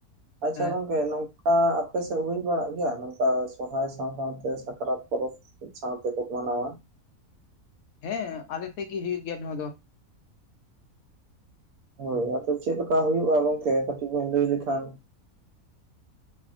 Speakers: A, on the right; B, on the left.
A: ᱟᱪᱪᱷᱟ
B: ᱦᱮᱸ
A: ᱜᱚᱝᱠᱮ ᱱᱚᱜ ᱠᱟ ᱟᱯᱮᱥᱮᱫ ᱦᱩᱭ ᱵᱟᱲᱟᱜ ᱜᱮᱭᱟ ᱱᱚᱝᱠᱟ ᱥᱚᱨᱦᱟᱭ ᱥᱟᱶ ᱥᱟᱶᱛᱮ ᱥᱟᱠᱨᱟᱛ ᱯᱚᱨᱚᱵᱽ ᱥᱟᱶ ᱛᱮᱠᱚ ᱢᱟᱱᱟᱣᱟ ᱾
B: ᱦᱮᱸ ᱟᱞᱮ ᱥᱮᱫ ᱜᱮ ᱦᱩᱭᱩᱜ ᱜᱮᱭᱟ ᱱᱚᱣᱟ ᱫᱚ ᱾
A: ᱦᱳᱭ ᱟᱫᱚ ᱪᱮᱫ ᱞᱮᱠᱟ ᱦᱩᱭᱩᱜ-ᱟ ᱜᱚᱝᱠᱮ ᱠᱟᱹᱴᱤᱡ ᱵᱮᱱ ᱞᱟᱹᱭ ᱞᱮᱠᱷᱟᱱ